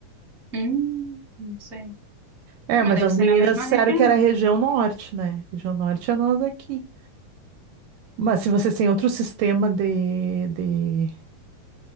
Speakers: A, in the centre; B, on the right.
A: Hum, não sei.
B: É,
A: Mas
B: mas
A: deve
B: as
A: ser
B: meninas
A: na mesma
B: disseram
A: região,
B: que era
A: né?
B: região norte, né? Região norte é nós aqui. Mas se vocês têm outro sistema de, de,